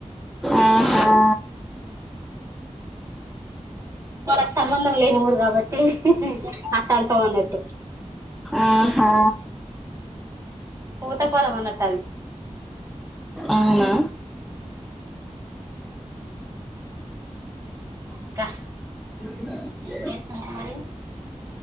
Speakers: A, in the centre; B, on the right.
A: ఆహా
B: మనకు సంబంధం లేని ఊరు కాబట్టి అట్ట అంటం అన్నట్టు
A: ఆహా
B: ఉతకాలం అన్నట్టు అది
A: అవునా
B: ఇంకా
A: <inaudible>
B: ఏం మరి